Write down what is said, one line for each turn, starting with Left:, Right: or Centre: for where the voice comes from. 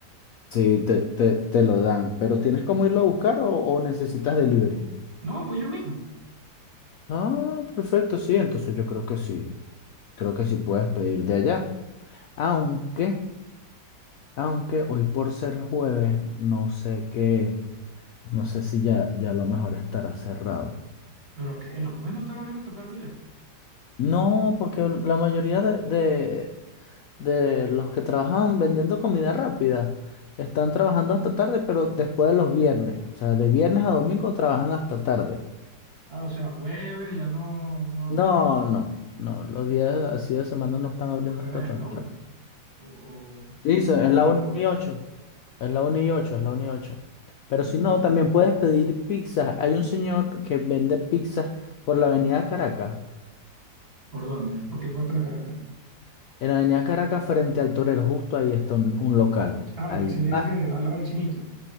Left: Sí, te, te, te lo dan. Pero ¿tienes cómo irlo a buscar o, o necesitas delivery?
Right: No, voy yo mismo.
Left: Ah, perfecto, sí. Entonces yo creo que sí. Creo que sí puedes pedir de allá. Aunque, aunque hoy por ser jueves, no sé qué. No sé si ya, ya a lo mejor estará cerrado.
Right: ¿Pero qué? ¿Los jueves no están abriendo esta tarde ya?
Left: No, porque la mayoría de, de, de los que trabajan vendiendo comida rápida están trabajando hasta tarde, pero después de los viernes. O sea, de viernes a domingo trabajan hasta tarde.
Right: Ah, o sea, jueves ya no, no
Left: No,
Right: abren.
Left: no, no. Los días así de semana no están abriendo
Right: ¿A qué
Left: hasta
Right: hora
Left: tan
Right: es? ¿La una?
Left: tarde.
Right: ¿O, o,
Left: Sí, se- es
Right: o
Left: la
Right: las
Left: 1
Right: dos?
Left: y 8. Es la 1 y 8, es la 1 y 8. Pero
Right: Pero,
Left: si no, también puedes pedir pizza. Hay un señor que vende pizzas por la avenida Caracas.
Right: ¿por dónde? ¿Por qué parte de la Caracas?
Left: En la Avenida Caracas, frente al Torero, justo ahí está un, un local.
Right: Ah,
Left: Ahí,
Right: la pizzería
Left: Ah,
Right: que hablaba el chinito.